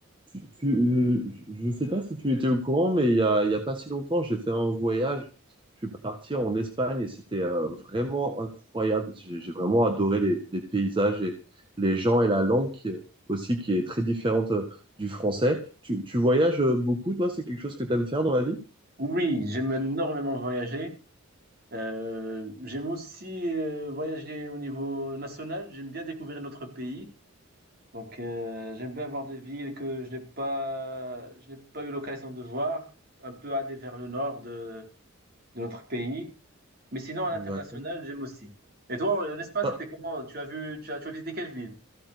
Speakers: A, on the right; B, on the right.
A: Tu, tu- euh, je ne sais pas si tu étais au courant, mais il y a, il y a pas si longtemps, j'ai fait un voyage. Je suis parti en Espagne et c'était euh, vraiment incroyable. J'ai j'ai vraiment adoré les, les paysages et les gens et la langue qui, euh, aussi qui est très différente euh, du français. Tu, tu voyages euh, beaucoup, toi? C'est quelque chose que tu aimes faire dans la vie?
B: Oui, j'aime énormément voyager. Euh, j'aime aussi euh, voyager au niveau national. J'aime bien découvrir notre pays. Donc, euh, j'aime bien voir des villes que je n'ai pas, je n'ai pas eu l'occasion de voir. Un peu aller vers le nord de, de notre pays. Mais sinon, à l'international,
A: D'accord.
B: j'aime aussi. Et toi, euh, l'Espagne,
A: Ah,
B: c'était comment? Tu as vu, tu as, tu as visité quelle ville?